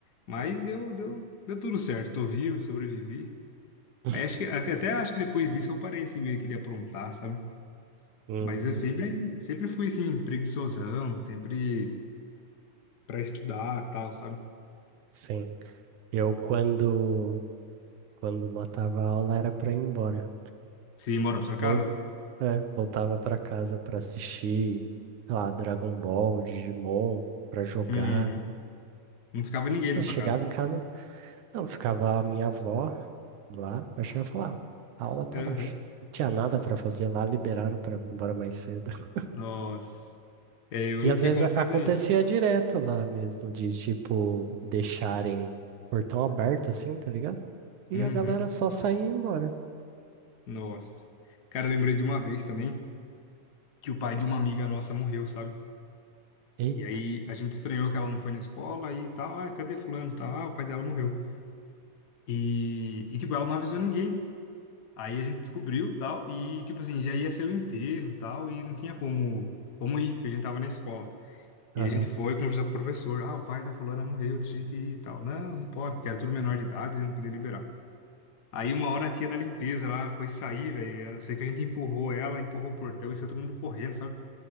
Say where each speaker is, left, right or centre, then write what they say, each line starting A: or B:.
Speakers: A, on the left; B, on the right.
A: Mas deu deu deu tudo certo. Tô vivo, sobrevivi.
B: <laughs>
A: Aí acho que até acho que depois disso eu parei assim meio que de aprontar, sabe?
B: Uhum,
A: Mas eu sempre sempre fui assim preguiçosão, sempre pra estudar, tal, sabe?
B: sim. Eu quando quando matava a aula era para ir embora.
A: Você mora pra sua casa?
B: Vou É, voltava pra casa pra assistir, sei lá, Dragon Ball, Digimon, pra jogar.
A: Uhum. Não ficava ninguém
B: Aí
A: na sua
B: chegava
A: casa.
B: em casa, não, ficava a minha avó lá, eu chegava e falava, "Ah, a aula tava,
A: Aham.
B: ch- não tinha nada pra fazer lá, liberaram pra ir embora mais cedo. <laughs>
A: Nossa. É, eu
B: E
A: não
B: às
A: tinha
B: vezes
A: como
B: a-
A: fazer
B: acontecia
A: isso.
B: direto lá mesmo, de tipo, deixarem o portão aberto assim, tá ligado? E
A: Uhum.
B: a galera só saía e ia embora.
A: Nossa. Cara, eu lembrei de uma vez também que o pai de uma amiga nossa morreu, sabe?
B: Ei,
A: E aí a gente estranhou que ela não foi na escola e tal. Ah, cadê fulano? e Tal. Ah, o pai dela morreu. E, e tipo, ela não avisou ninguém. Aí a gente descobriu tal. E tipo assim, já ia ser o enterro tal. E não tinha como, como ir, porque a gente tava na escola. E
B: aham.
A: a gente foi, conversou com o professor. Ah, o pai da fulana morreu, deixa a gente ir e tal. Não, não pode, porque era tudo menor de idade, não podia liberar. Aí uma hora a tia da limpeza lá foi sair, velho. Eu sei que a gente empurrou ela, empurrou o portão e saiu todo mundo correndo, sabe?